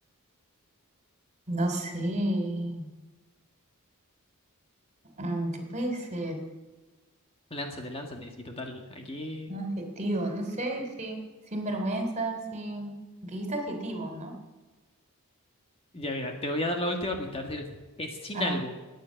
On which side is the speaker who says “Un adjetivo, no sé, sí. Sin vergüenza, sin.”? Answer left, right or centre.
Right